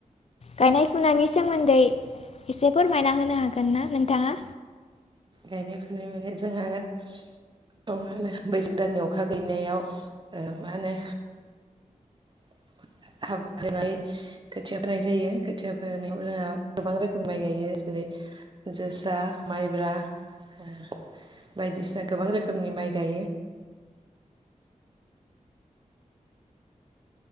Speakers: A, on the left; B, on the right.
A: गायनाय फुनायनि सोमोन्दै एसे फोरमायना होनो हागोन ना नोंथाङा
B: गायनाय फुनाय माने जोंहा मा होनो बैसाग दाननि अखा गैलैनायाव ओ मा होनो <unintelligible> खोथिया फोनाय जायो खोथिया फोनायाव जोंहा गोबां रोखोमनि माइ गायो जेरै जोसा, माइब्रा, ओ बायदिसिना गोबां रोखोमनि माइ गायो